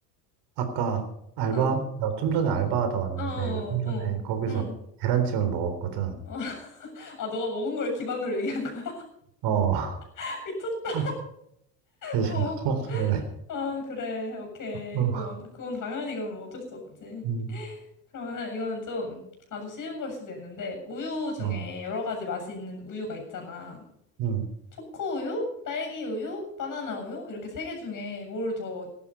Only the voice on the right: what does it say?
아까 알바,
나 좀 전에 알바하다 왔는데,
좀 전에
거기서
계란찜을 먹었거든.
어,
<laughs> 그래서
토마토 할래.
어,
음,
어,
음.